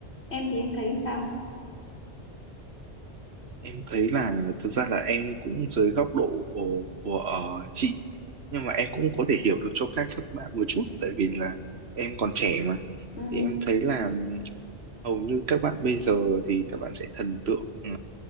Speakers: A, on the left; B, on the right.
A: Em thì em thấy làm sao?
B: em thấy là thực ra là em cũng dưới góc độ của, của ờ, chị nhưng mà em cũng có thể hiểu được cho các các bạn một chút tại vì là em còn trẻ mà
A: Ừ,
B: thì em thấy là ừm, hầu như các bạn bây giờ thì các bạn sẽ thần tượng ờ,